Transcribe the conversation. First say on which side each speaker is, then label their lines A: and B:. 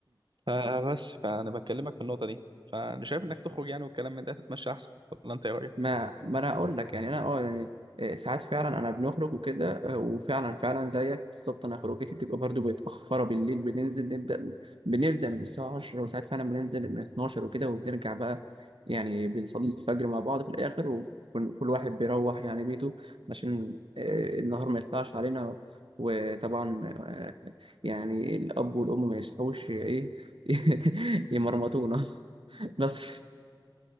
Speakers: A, on the right (about 65°); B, on the right (about 85°).
A: فبس فانا بكلمك في النقطه دي فانا شايف انك تخرج يعني والكلام من ده تتمشى احسن ولا انت ايه رايك
B: ما ما انا اقول لك يعني انا اه يعني آه، ساعات فعلا انا بنخرج وكده آه، وفعلا فعلا زيك بالظبط انا خروجتي بتبقى برضو متاخره بالليل بننزل نبدا بنبدا من الساعه 10 وساعات فعلا بننزل من 12 وكده وبنرجع بقى يعني بنصلي الفجر مع بعض في الاخر وكل واحد بيروح يعني بيته عشان آه، النهار ما يطلعش علينا وطبعا آه، يعني الاب والام ما يصحوش ايه <laughs> يمرمطونا <laughs> بس